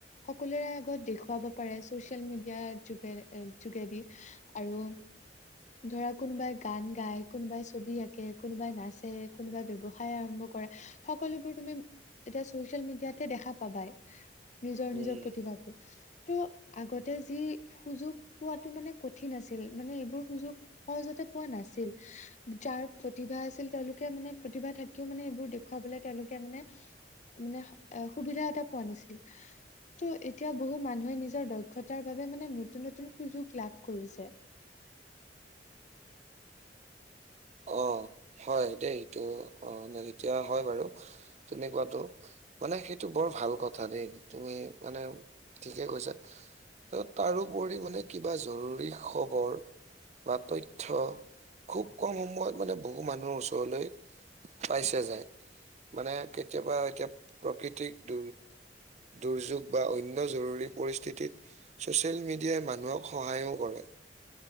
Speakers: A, on the left (about 45°); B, on the right (about 40°).
A: সকলোৰে আগত দেখুৱাব পাৰে, চচিয়েল মিডিয়াৰ যোগে যোগেদি। আৰু ধৰা কোনোবাই গান গায়, কোনোবাই ছবি আঁকে, কোনোবাই নাচে, কোনোবাই ব্যৱসায় আৰম্ভ কৰে সকলোবোৰ তুমি এতিয়া চচিয়েল মিডিয়াতে দেখা পাবাই। নিজৰ নিজৰ
B: উম।
A: প্ৰতিভাবোৰ। ত আগতে যি সুযোগ পোৱাটো মানে কঠিন আছিল মানে এইবোৰ সুযোগ সহজতে পোৱা নাছিল। যাৰ প্ৰতিভা আছিল তেওঁলোকে মানে প্ৰতিভা থাকিও মানে এইবোৰ দেখুৱাবলৈ তেওঁলোকে মানে মানে সুবিধা এটা পোৱা নাছিল। ত এতিয়া বহু মানুহে নিজৰ দক্ষতাৰ বাবে মানে নতুন নতুন সুযোগ লাভ কৰিছে।
B: অ', হয় দেই এইটো অ', এতিয়া হয় বাৰু তেনেকোৱাটো মানে সেইটো বৰ ভাল কথা দেই তুমি মানে ঠিকে কৈছা। তাৰোপৰি মানে কিবা জৰুৰী খবৰ বা তথ্য খুব কম সময়ত মানে বহু মানুহৰ ওচৰলৈ পাইছে যায় মানে কেতিয়াবা এতিয়া প্ৰকৃতিক দ দুৰ্যোগ বা অন্য জৰুৰী পৰিস্থিতিত ছচিয়েল মিডিয়াই মানুহক সহায়ো কৰে।